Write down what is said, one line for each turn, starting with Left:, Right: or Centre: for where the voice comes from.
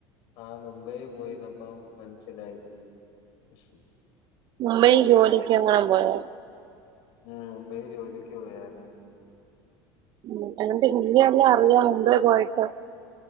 Left: ആ നുമ്പേ പോയി നിന്നപ്പം മനസ്സിലായി <unintelligible>
Right: മുംബൈൽ ജോലിക്ക് എങ്ങാനും പോയോ
Left: ഉം മുംബൈ ജോലിക്ക് പോയാരുന്ന്
Right: ഉം എന്നിട്ട് ഹിന്ദി എല്ലാം അറിയാമോ മുബൈ പോയിട്ട്.